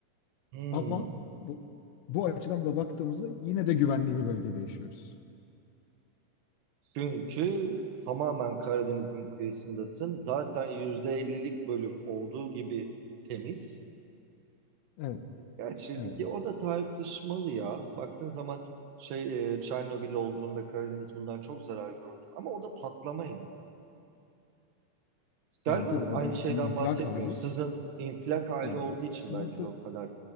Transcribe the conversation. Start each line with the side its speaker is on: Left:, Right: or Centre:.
Right: Hmm.
Left: Ama bu, bu açıdan da baktığımızda yine de güvenli bir bölgede yaşıyoruz.
Right: Çünkü tamamen Karadeniz'in kıyısındasın. Zaten %50'lik bölüm olduğu gibi temiz.
Left: Evet,
Right: Gerçi
Left: evet.
Right: ya o da tartışmalı ya. Baktığın zaman şey e, Çernobil olduğunda Karadeniz bundan çok zarar gördü. Ama o da patlamaydı. Galiba
Left: Yani tabii o
Right: aynı
Left: bir,
Right: şeyden
Left: bir infilak
Right: bahsetmiyorum.
Left: hali.
Right: Sizin infilak hali
Left: Yani
Right: olduğu
Left: bu
Right: için
Left: sızıntı,
Right: belki de o kadar